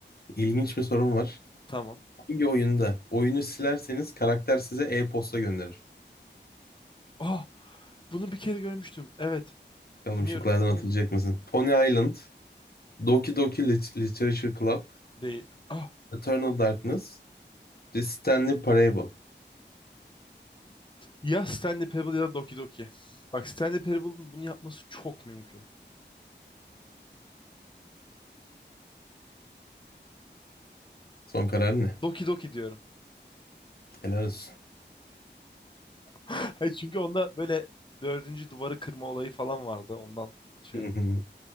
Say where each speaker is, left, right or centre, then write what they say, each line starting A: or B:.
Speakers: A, on the left; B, on the left.
A: ilginç bir sorum var.
B: Tamam.
A: Hangi oyunda oyunu silerseniz karakter size e-posta gönderir?
B: Ah! Bunu bir kere görmüştüm. Evet.
A: Bakalım
B: Dinliyorum.
A: şıklardan hatırlayacak mısın? Pony Island, Doki Doki Lit- Literature Club,
B: Değil. Ah!
A: Eternal Darkness, The Stanley Parable.
B: Ya Stanley Parable ya da Doki Doki. Bak Stanley Parable'ın bunu yapması çok mümkün.
A: Son kararı ne?
B: Doki Doki diyorum.
A: Helal olsun.
B: <laughs> Çünkü onda böyle dördüncü duvarı kırma olayı falan vardı. Ondan şey
A: Hı
B: yap.
A: hı.